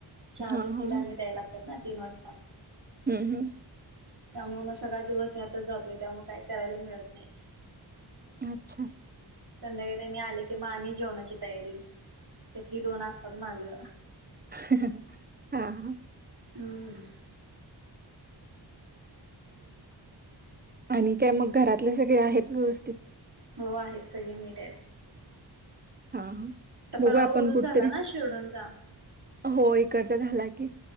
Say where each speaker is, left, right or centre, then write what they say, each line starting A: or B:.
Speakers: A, on the right; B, on the right.
A: चहा
B: हा
A: बिस्कीट
B: हा
A: आणि द्यायला लागतात ना तीन वासता
B: हम्म, हम्म
A: त्यामुळ मग सगळा दिवस ह्यातच जातोय त्यामुळे काही करायला मिळत नाही
B: अच्छा
A: संध्याकाळी त्यांनी आले कि म आणि जेवणाची तयारी त्यातली दोन असतात मागं
B: हा, हा
A: हम <inaudible>
B: आणि काय मग घरातले सगळे आहेत व्यवस्थित
A: हो आहेत सगळी नीट आहेत.
B: हा.
A: तर
B: बघू
A: परवा
B: आपण
A: उरुस
B: कुठतरी
A: झाला ना शिरडूनचा
B: हो इकडचा झाला कि